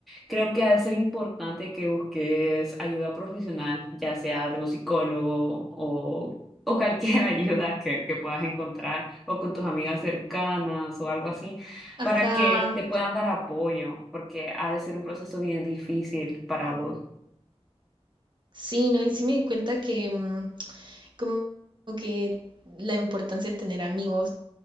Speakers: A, in the centre; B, on the right (about 45°).
A: creo que ha de ser importante que busques ayuda profesional, ya sea de un psicólogo o, o cualquier <laughs> ayuda que, que puedas encontrar o con tus amigas cercanas o algo así,
B: ajá,
A: para que te puedan dar apoyo, porque ha de ser un proceso bien difícil para vos.
B: sí, no, y sí me di cuenta que mm, como que la importancia de tener amigos